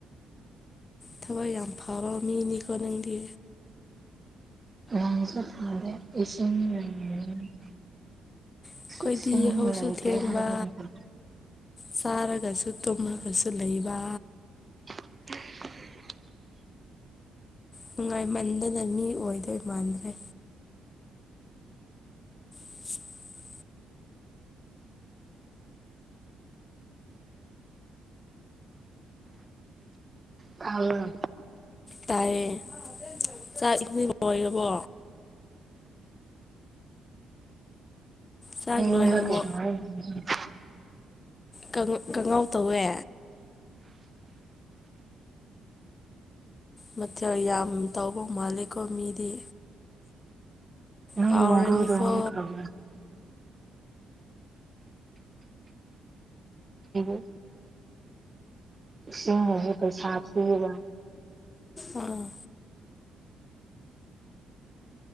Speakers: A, on the left (about 35°); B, on the right (about 25°).
A: ꯊꯕꯛ ꯌꯥꯝ ꯐꯕ ꯃꯤꯅꯤꯀꯣ ꯅꯪꯗꯤ
B: ꯅꯪꯁꯨ ꯐꯔꯦ ꯏꯁꯤꯡ <unintelligible>
A: ꯑꯩꯈꯣꯏꯗꯤ
B: ꯏꯁꯤꯡ
A: ꯌꯥꯍꯧꯁꯨ
B: ꯂꯩꯇ꯭ꯔꯦ
A: ꯊꯦꯡꯕ
B: ꯍꯥꯏꯕꯅꯤꯕ
A: ꯆꯥꯔꯒꯁꯨ ꯇꯨꯝꯂꯒꯁꯨ ꯂꯩꯕ
B: <unintelligible>
A: ꯅꯨꯡꯉꯥꯏꯃꯟꯗꯅ ꯃꯤ ꯑꯣꯏꯗꯣꯏ ꯃꯥꯟꯗ꯭ꯔꯦ <inaudible>
B: ꯇꯥꯕ꯭ꯔꯣ
A: ꯇꯥꯏꯌꯦ ꯆꯥꯛ ꯏꯁꯤꯡ ꯂꯣꯢꯔꯕꯣ ꯆꯥꯛ ꯂꯣꯏꯔꯕꯣ
B: <unintelligible>
A: ꯀꯪ ꯀꯪꯉꯧ ꯇꯧꯋꯦ ꯃꯊꯦꯜ ꯌꯥꯝ ꯇꯧꯕ ꯃꯥꯜꯂꯤꯀꯣ ꯃꯤꯗꯤ ꯍꯥꯎꯔꯅꯤꯀꯣ
B: <unintelligible> <unintelligible> ꯏꯁꯤꯡ ꯑꯃꯨꯛ ꯄꯩꯁꯥ ꯊꯤꯔꯒ
A: ꯎꯝ